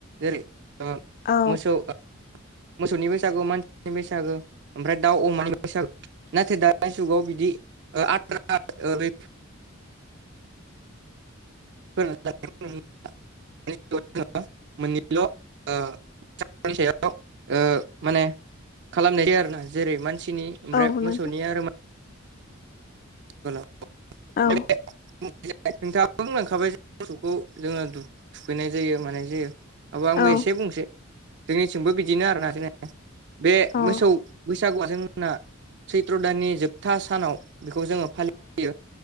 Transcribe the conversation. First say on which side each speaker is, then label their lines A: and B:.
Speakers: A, on the right (about 60°); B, on the left (about 45°).
A: जेरै
B: औ
A: मोसौ मोसौनि बैसागु मानसिनि बैसागो ओमफ्राय दाउ अमानि बैसागु नाथाय दानि जुगाव बिदि आद्रा ओरै <unintelligible> मोननैल फराय सायाव माने खालामनाय जायो आरो ना जेरै मानसिनि ओमफ्राय
B: औ नोंथां
A: मोसौनिया आरो <unintelligible>
B: औ
A: नोंथाङा बुंलांखाबाय ज मोसौखौ जों थुखैनाय जायो मानाय जायो ओ आंबो
B: औ
A: एसे बुंसै जोंनिथिंबो बिदिनो आरोना जा बे
B: औ
A: मोसौ बैसागुआ जोंना सैथ्र' दाननि जोबथा सानाव बेखौ जोङो फयो